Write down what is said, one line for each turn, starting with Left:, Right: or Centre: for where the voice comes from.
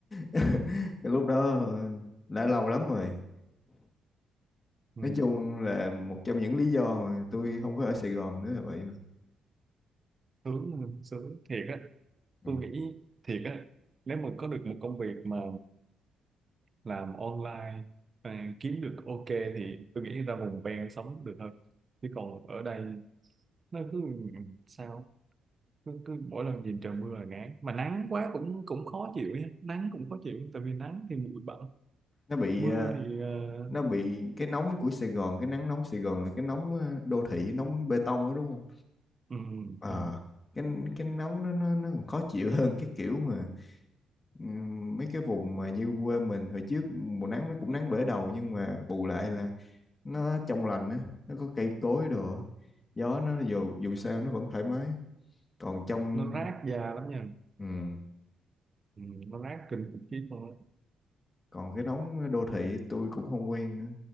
Left: <laughs> Cái lúc đó ờ, đã lâu lắm rồi.
Right: ừ.
Left: Nói chung là một trong những lý do mà tôi không có ở Sài Gòn nữa là vậy mà.
Right: sướng sướng thiệt á
Left: Ừ.
Right: tôi nghĩ thiệt á nếu mà có được một công việc mà làm online à, kiếm được ok thì tôi nghĩ ra vùng ven sống được hơn chứ còn ở đây nó cứ sao cứ, cứ mỗi lần nhìn trời mưa là ngán mà nắng quá cũng cũng khó chịu nhé nắng cũng khó chịu tại vì nắng thì bụi bặm
Left: Nó bị
Right: mưa
Left: ờ,
Right: thì ờ,
Left: nó bị cái nóng của Sài Gòn, cái nắng nóng Sài Gòn là cái nóng ờ, đô thị, nóng bê tông đó đúng không?
Right: ừm,
Left: Ờ,
Right: ừm,
Left: cái cái nóng nó nó nó còn khó chịu hơn cái kiểu mà Ừm, mấy cái vùng mà như quê mình hồi trước mùa nắng nó cũng nắng bể đầu nhưng mà bù lại là nó trong lành á nó có cây cối đồ á. gió nó dù dù sao nó vẫn thoải mái còn trong
Right: nó rát da lắm nha
Left: ừm,
Right: Ừm, nó rát kinh khủng khiếp luôn á.
Left: còn cái nóng đô thị tôi cũng không quen nữa